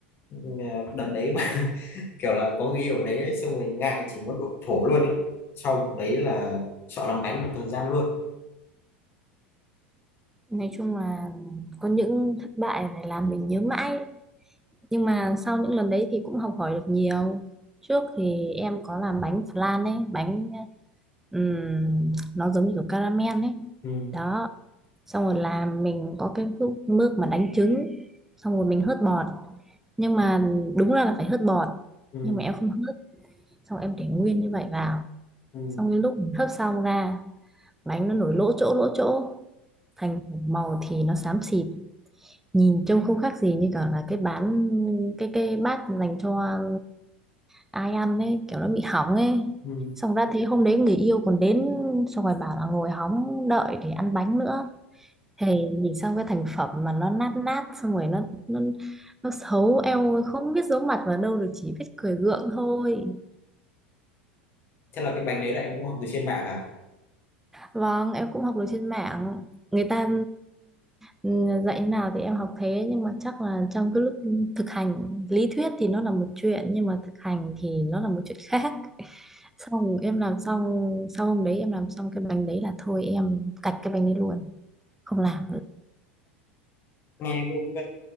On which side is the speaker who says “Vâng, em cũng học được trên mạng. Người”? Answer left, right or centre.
Centre